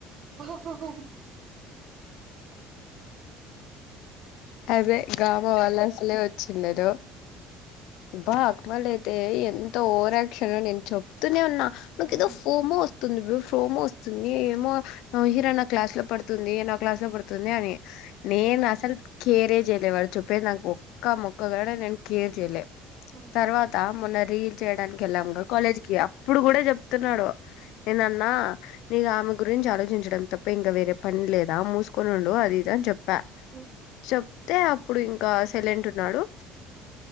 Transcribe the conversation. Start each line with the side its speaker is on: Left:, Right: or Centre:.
Right: హో హో హో
Left: అదే గమ వాళ్ళ అసలే వచ్చిన్నారు అబ్బా అక్క వాళ్ళయితే ఎంత ఓరాక్షన్ నేను చెప్తూనే ఉన్నా నాకు
Right: ఆ
Left: ఏదో ఫోమో వస్తుంది బ్ర ఫోమో వస్తుంది ఏమో న హీరా నా క్లాస్ లో పడుతు ఇది నా క్లాస పడుతుంది అని నేను అసల్ కేరే జేలే వాడు చెప్పే నాకు ఒక్క మొక్కగా ఒక్క ముక్క కూడా నేను క్లియర్ చేయలే నేను
Right: హ
Left: తర్వాత మొన్న రీల్ చేయడానికి వెళ్ళాము కాలేజ్ కి అప్పుడు కూడా చెప్తున్నాడు నేనన్నా ఆ నీకు ఆమె గురించి ఆలోచించడం తప్ప ఇంకా వేరే పని లేదా మూసుకుని ఉండు అది ఇది అని చెప్పా
Right: అబ్బో
Left: చెప్తే అప్పుడు ఇంకా సైలెంట్ ఉన్నాడు
Right: ఉ